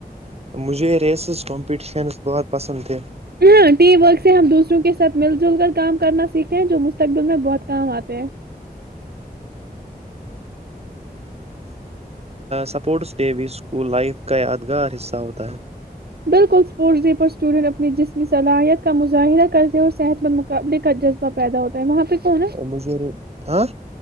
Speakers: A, on the right; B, on the right.
A: مجھے ریسز کمپٹیشنز بہت پسند تھے
B: ہ ٹیم ورک سے ہم دوسروں کے ساتھ مل جل کر کام کرنا سیکھتے ہیں جو مستقبل میں بہت کام آتے ہیں
A: سپورٹس ڈے بھی اسکول لائف کا یادگار حصہ ہوتا ہے
B: بالکل اسپورٹس ڈے پر اسٹوڈینٹ اپنی جسمی صلاحیت کا مظاہرہ کرتے ہیں اور صحت مند مقابلے کا جذبہ پیدا ہوتا ہے وہاں پہ کون
A: مجری ہاں